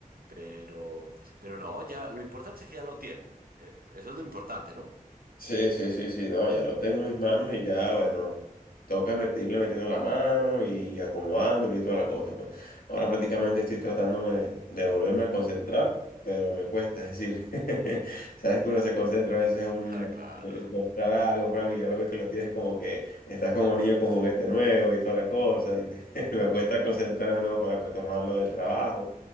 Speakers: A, on the right; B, on the left.
A: Pero, pero no, ya, lo importante es que ya lo tiene. Eh, Eso es lo importante, ¿no?
B: Sí, sí, sí, sí, no, ya lo tengo en mis manos y ya, bueno, toca met- irle metiendo la mano y, y acomodándolo y toda la cosa, pues. Ahora prácticamente estoy tratándome de, de volverme a concentrar, pero me cuesta, es decir, <laughs> sabes que uno se concentra a veces un
A: <laughs> Ah, claro.
B: eh, comprar algo, comprar algo y ya lo ves que lo tienes como que estás como niño con juguete nuevo y toda la cosa, y <laughs> me cuesta concentrarme de nuevo para retomarlo del trabajo.